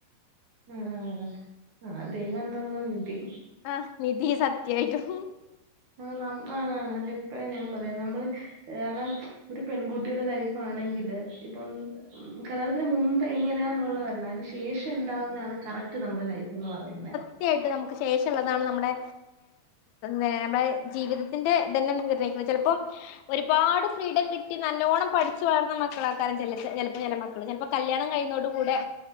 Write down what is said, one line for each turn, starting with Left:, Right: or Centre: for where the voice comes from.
Right: ഹ്മ് ആഹ് ദൈവം തന്ന നിധി.
Left: ആഹ് നിധി സത്യായിട്ടും.
Right: അ നന്നാണ് <inaudible> അതപ്പോഴും ഞാൻ പറയാം നമ്മള്. വേറെ ഒരു പെൺകുട്ടിയുടെ ലൈഫ് ആണെങ്കില് ഇപ്പം. ഉം കല്യാണത്തിന് മുമ്പ് എങ്ങനാന്നുള്ളതല്ല അതിന് ശേഷം ഉണ്ടാവുന്നതാണ്. കറക്റ്റ് നമ്മുടെ ലൈഫ് എന്ന് പറയുന്നേ.
Left: സത്യയായിട്ട് നമുക്ക് ശേഷം ഉള്ളതാണ് നമ്മുടെ. വേറെ ജീവിതത്തിന്റെ തന്നെർണയിക്കുന്നു ചിലപ്പോ. ഒരുപാട് ഫ്രീഡം കിട്ടി നല്ലോണ്ണം പഠിച്ച് വളർന്ന മക്കളക്കാരം ച ചിലപ്പോ ചില. ചിലപ്പോ കല്യാണം കഴിയുന്നോട് കൂടെ